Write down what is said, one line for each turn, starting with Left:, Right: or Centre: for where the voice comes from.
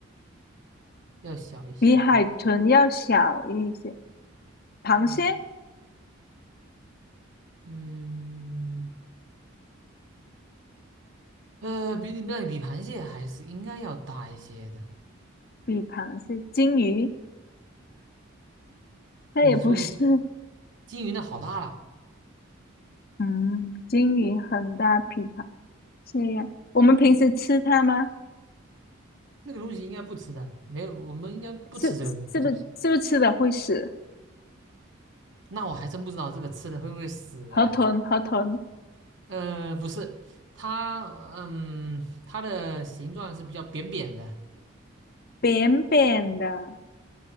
Right: 要小一些。
Left: 比海豚要小一些，螃蟹
Right: 嗯。嗯，呃，比你那比螃蟹还是应该要大一些的。
Left: 比螃蟹，鲸鱼那也不是，
Right: 你说的金鱼那好大了，
Left: 嗯，鲸鱼很大，比螃蟹呀。我们平时吃它吗？
Right: 那个东西应该不吃的，没有，我们应该不吃这个东西，
Left: 是是不是是不是吃了会死？
Right: 不是不是。那我还真不知道这个吃的会不会死哎。
Left: 河豚，河豚，
Right: 呃，不是，它，嗯，它的形状是比较扁扁的。
Left: 扁扁的，